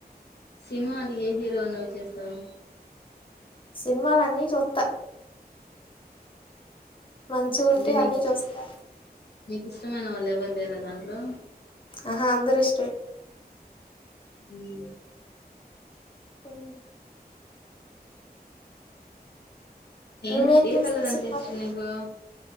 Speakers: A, on the left; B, on the left.
A: సినిమాలు ఏ హీరో ఉన్నవి చూస్తావ్
B: సినిమాలన్నీ చూత్త. మంచిగా ఉంటే
A: అంటే నీక్
B: అన్నీ చూస్తా
A: నీక్ ఇష్టమైన వాళ్ళు ఎవ్వర్ లేరా దాంట్లో
B: ఆహా అందరు ఇష్టంమే
A: అవునా
B: అవును
A: ఏం
B: నువ్వేం
A: ఏ
B: చూస్తా
A: కలర్ అంటే
B: సినిమాలు
A: ఇష్టం నీకు?